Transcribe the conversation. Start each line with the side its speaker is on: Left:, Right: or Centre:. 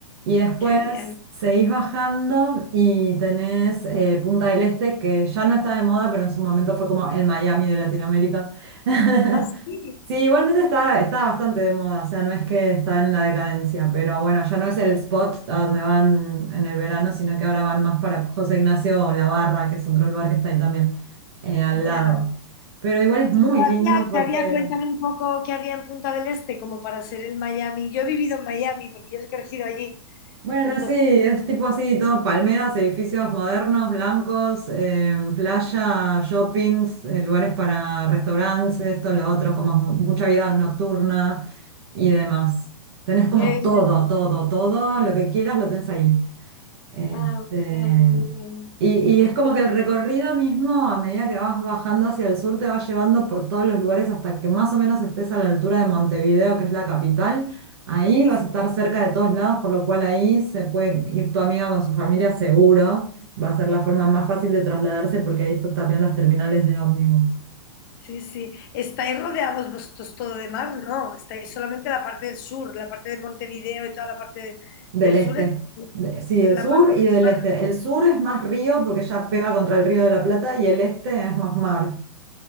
Right: Y después
Left: qué bien.
Right: seguís bajando y tenés eh, Punta del Este, que ya no está de moda, pero en su momento fue como el Miami de Latinoamérica. <laughs>
Left: Ah, sí,
Right: Sí, igualmente está, está bastante de moda, o sea, no es que está en la decadencia, pero bueno, ya no es el spot a donde van en el verano, sino que ahora van más para José Ignacio o La Barra, que es otro lugar que está ahí también eh, al lado.
Left: ya.
Right: Pero igual es
Left: ¿Y
Right: muy
Left: qué
Right: lindo
Left: había,
Right: porque...
Left: qué había? Cuéntame un poco qué había en Punta del Este, como para ser el Miami. Yo he vivido en Miami porque yo he crecido allí.
Right: Bueno,
Left: Entonces,
Right: sí, es tipo así, todo palmeras, edificios modernos, blancos, em, playa, shoppings, eh, lugares para restaurantes, esto, lo otro, como mucha vida nocturna y demás. Tenés como
Left: qué
Right: todo,
Left: bien.
Right: todo, todo, lo que quieras lo tenés ahí. Este,
Left: Ah, muy bien, muy bien.
Right: y, y
Left: Qué
Right: es como
Left: bien.
Right: que el recorrido mismo, a medida que vas bajando hacia el sur, te va llevando por todos los lugares hasta que más o menos estés a la altura de Montevideo, que es la capital. Ahí
Left: Sí,
Right: vas
Left: sí,
Right: a estar cerca de todos lados, por lo cual ahí se puede ir tu amiga con su familia seguro. Va a ser la forma más fácil de trasladarse porque ahí están también las terminales de ómnibus
Left: sí, sí. ¿Estáis rodeados vosotros todo de mar? No, estáis solamente la parte del sur, la parte de Montevideo y toda la parte de-
Right: del
Left: del
Right: este.
Left: sur es,
Right: De- sí,
Left: es
Right: el
Left: la
Right: sur
Left: parte
Right: y
Left: del
Right: del
Left: mar.
Right: este. El sur es más río porque ya pega contra el Río de la Plata y el este es más mar.